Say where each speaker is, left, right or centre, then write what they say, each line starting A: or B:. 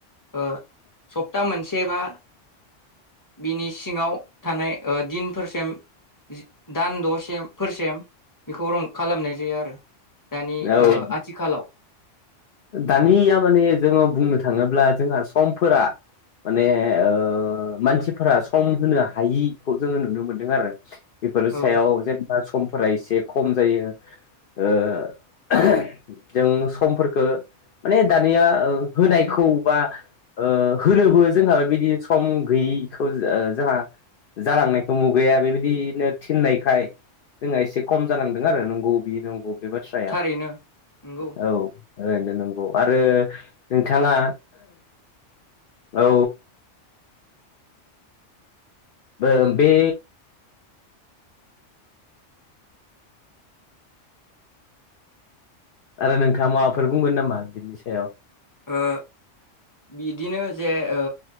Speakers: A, on the left (about 15°); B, on the left (about 55°).
A: ओ सप्ता मोनसे बा बिनि सिङाव थानाय ओ दिनफोरसिम दान द'सेम फोरसेम बेखौ रं खालामनाय जायो आरो दानि
B: औ
A: ओ आथिखालाव
B: दानिया माने जोङो बुंनो थाङोब्ला जोंहा समफोरा माने ओ मानसिफोरा सम होनो हायिखौ जोङो नुनो मोनदों आरो बेफोर
A: औ
B: सायाव जेनेबा समफोरा एसे खम जायो ओ जों समफोरखो माने दानिया ओ होनायखौ बा ओ होनोबो जोंहा बेबायदि सम गैयिखौ जोंहा जालांनायखौ मुगाया बेबायदिनो थिननायखाय जोंहा एसे खम जालांदों आरो नंगौ । बि नंगौ बे बाथ्राया
A: रैनो नंगौ
B: औ ओरैनो नंगौ आरो नोंथाङा औ बो बे आरो नोंथाङा माबाफोर बुंगोन नामा बिनि सायाव
A: ओ बिदिनो जे ओ